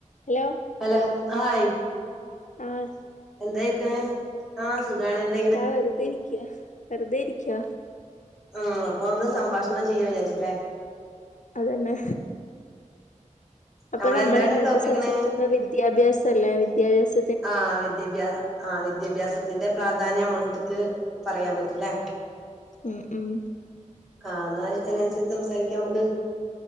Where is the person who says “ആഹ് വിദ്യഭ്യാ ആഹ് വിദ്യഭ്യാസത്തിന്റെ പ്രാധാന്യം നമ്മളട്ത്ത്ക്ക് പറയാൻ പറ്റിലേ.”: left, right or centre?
Centre